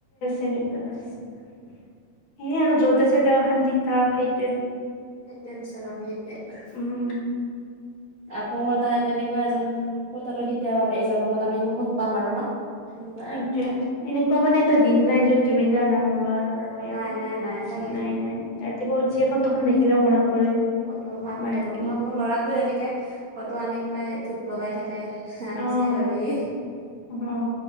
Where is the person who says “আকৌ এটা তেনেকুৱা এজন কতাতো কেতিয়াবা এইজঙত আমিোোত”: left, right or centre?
Right